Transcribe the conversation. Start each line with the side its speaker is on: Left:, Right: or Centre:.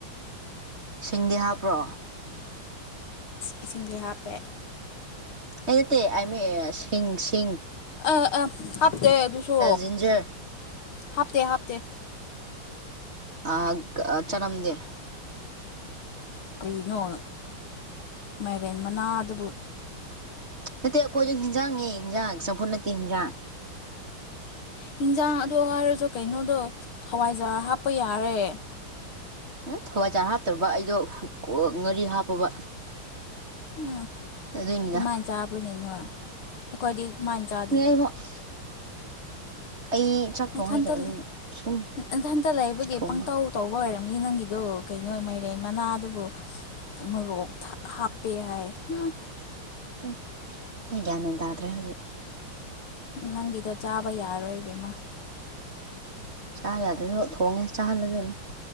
Right: ꯁꯤꯡꯗꯤ ꯍꯥꯞꯄ꯭ꯔꯣ
Left: ꯏꯁꯤꯡꯁꯦ ꯍꯥꯞꯄꯦ
Right: ꯑꯦ ꯑꯃꯤ ꯁꯤ ꯁꯤꯤꯡ
Left: ꯑꯥ ꯑꯥ ꯍꯥꯞꯇꯦ ꯑꯗꯨꯁꯨ
Right: ꯖꯤꯟꯖꯔ
Left: ꯍꯥꯞꯇꯦ ꯍꯥꯞꯇꯦ
Right: ꯑꯣ ꯑ ꯆꯅꯝꯗꯦ
Left: ꯀꯩꯅꯣ ꯃꯥꯏꯔꯦꯟ ꯃꯅꯥ ꯑꯗꯨꯕꯨ
Right: ꯅꯠꯇꯦ ꯑꯩꯈꯣꯏꯁꯨ ꯍꯤꯟꯖꯥꯡꯅꯦ ꯍꯤꯟꯖꯥꯡ ꯆꯝꯐꯨꯠ ꯅꯠꯇꯦ ꯍꯤꯟꯖꯥꯡ
Left: ꯍꯤꯟꯖꯥꯡ ꯑꯗꯣ ꯍꯥꯏꯔꯁꯨ ꯀꯩꯅꯣꯗꯣ ꯍꯋꯥꯏꯖꯥꯔ ꯍꯥꯞꯄ ꯌꯥꯔꯦ꯫
Right: ꯎ ꯍꯋꯥꯏꯖꯥꯔ ꯍꯥꯞꯇꯕ ꯑꯩꯗꯣ ꯉꯥꯔꯤ ꯍꯥꯞꯄꯕ꯫
Left: ꯎꯝ
Right: ꯑꯗꯨꯏꯅꯤꯗ
Left: ꯑꯗꯨꯃꯥꯏꯅ ꯆꯥꯕ꯭ꯔꯅꯦ ꯅꯣꯏ ꯑꯩꯈꯣꯏꯗꯤ ꯑꯗꯨꯃꯥꯏꯅ ꯆꯥꯗꯦ꯫
Right: <unintelligible> ꯑꯩ ꯆꯥꯛ
Left: ꯅꯊꯟꯇ
Right: ꯊꯣꯡ ꯍꯩꯇꯕꯅꯤꯅ
Left: ꯂ
Right: ꯁꯨꯝ
Left: ꯅꯊꯟꯇ ꯂꯩꯕꯒꯤ
Right: ꯊꯣꯡꯕ
Left: ꯄꯪꯇꯧ ꯇꯧꯕ ꯑꯣꯏꯔꯝꯅꯤ ꯅꯪꯒꯤꯗꯣ ꯀꯩꯅꯣ ꯃꯩꯔꯦꯟ ꯃꯅꯥꯗꯨꯕꯨ ꯃꯣꯔꯣꯛ ꯊ ꯍꯥꯞꯄꯦ ꯍꯥꯏ ꯍꯝ꯫
Right: ꯎꯝ ꯑꯩ ꯒ꯭ꯌꯥꯟ ꯃꯦꯟ ꯇꯥꯗ꯭ꯔꯦ ꯍꯧꯖꯤꯛ꯫
Left: ꯅꯪꯒꯤꯗꯣ ꯆꯥꯕ ꯌꯥꯔꯣꯏ ꯕꯦꯝꯃꯥ꯫
Right: ꯆꯥ ꯌꯥꯗ꯭ꯔꯁꯨ ꯊꯣꯡꯉꯦ ꯆꯥꯍꯜꯂꯗꯣꯏꯅꯤ꯫